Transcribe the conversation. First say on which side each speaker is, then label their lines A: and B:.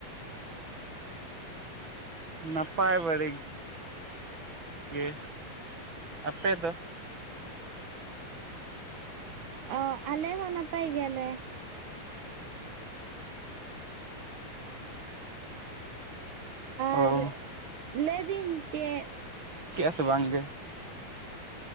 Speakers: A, on the right (about 30°); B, on the right (about 60°).
A: ᱱᱟᱯᱟᱭ ᱵᱟᱹᱲᱮ ᱜᱼᱼ ᱜᱮ, ᱟᱯᱮ ᱫᱚ?
B: ᱚᱸ ᱟᱞᱮ ᱦᱚᱸ ᱱᱟᱯᱟᱭ ᱜᱮᱭᱟᱞᱮ᱾
A: ᱚ
B: ᱟᱨ ᱞᱟᱹᱭ ᱵᱤᱱ ᱪᱮᱫᱼᱼ
A: ᱠᱮᱭᱟ ᱥᱮ ᱵᱟᱝ ᱜᱮᱼᱼ